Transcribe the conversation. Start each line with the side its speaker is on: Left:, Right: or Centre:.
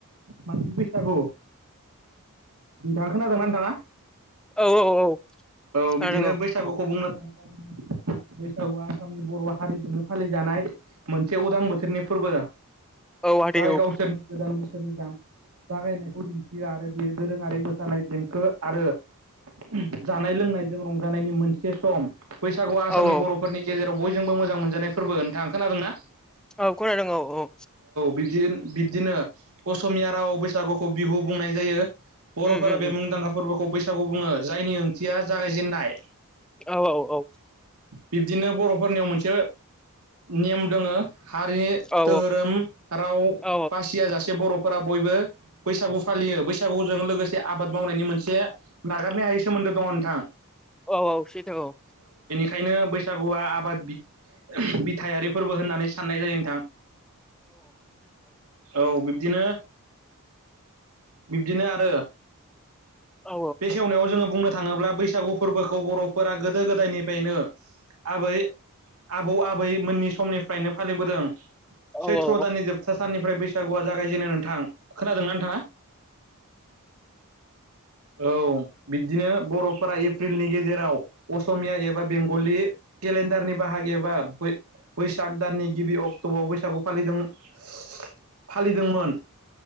Right: मानसि बैसागु नोंथाङा खोनादोंना नोंथांआ?
Centre: औ औ
Right: औ
Centre: खोनादों
Right: बिदिनो बैसागुखौ
Centre: औ
Right: बुंनो थाङोब्ला बैसागुआ आसामनि बर' हारिजोंनो फालिजानाय मोनसे उदां बोथोरनिफ फोरबो
Centre: औ आदै
Right: जाय गावसोरनि
Centre: औ
Right: गोदान बोसोरनि जान जागायनायखौ दिन्थियो आरो बियो दोरोङारि मोसानाय देंखो आरो उम जानाय लोंनायजों रंजानायनि मोनसे सम बैसागुआ आसामनि
Centre: औ औ
Right: बरफोरनि गेजेराव बयजोंबो मोजां मोनजानाय फोरबो नोंथाङ खोनादोंना?
Centre: औ खोनादों औ औ।
Right: बिबदिन बिबदिनो असमिया रावआव बैसागुखौ बिहु बुंनायजायो। बर'फोरा
Centre: उम उम
Right: बे
Centre: उम
Right: मुंदांखा फोरबोखौ बैसागुबुङो जायनि ओंथिया जागायजेननाय।
Centre: औ औ औ।
Right: बिबदिनो बरफोरनियाव मोनसे नेम दोङो हारि
Centre: औ
Right: दोहोरोम राव
Centre: औ
Right: बासिया जासे बरफोरा बयबो बैसागु फालियो बैसागुजों लोगोसे आबाद मावनायनि मोनसे नागारनाय हायि सोमोन्दो दङ' नोंथां।
Centre: औ औ सैथो औ।
Right: खायनो बैसागुआ आबाद बिद बिथारि फोरबो होननानै साननायजायो नोंथां। औ बिबदिनो। बिबदिनो आरो
Centre: औ
Right: बेखेवनायाव जोङो बुंनो थाङोब्ला बैसागु फोरबोखौ बरफोरा गोदो गोदायनिफायनो आबै आबौ आबै मोननि समनिफ्रायनो फालिबोदों
Centre: औ
Right: सैथ्र
Centre: औ
Right: दाननि जोबथा साननिफ फ्राय बैसागुआ जागायजेनो नोंथां खोनादोंना नोंथांआ? औ बिबदिनो बर'फोरा एप्रिलनि गेजेराव असमिया एबा बेंगलि केलेन्डारनि बाहायग एबा बै-बैसाग दाननि गिबि अक टअव बैसागु फालिदों <unintelligible> फालिदोंमोन।